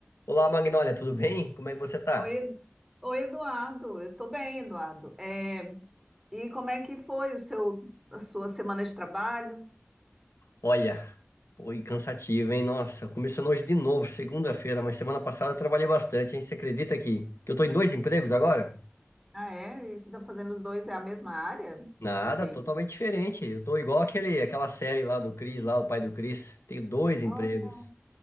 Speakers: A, on the left; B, in the centre.
A: Olá, Magnólia, tudo bem? Como é que você tá?
B: Oi, Edu- Oi, Eduardo. Eu tô bem, Eduardo. É, E como é que foi o seu, a sua semana de trabalho?
A: Olha, foi cansativo, hein? Nossa, começando hoje de novo, segunda-feira, mas semana passada eu trabalhei bastante, hein? Você acredita que, que eu tô em dois empregos agora?
B: Ah, é? E você está fazendo os dois, é a mesma área?
A: Nada,
B: Entendi.
A: totalmente diferente. Eu tô igual aquele, aquela série lá do Chris, lá, o pai do Chris. Tenho dois empregos.
B: Oh,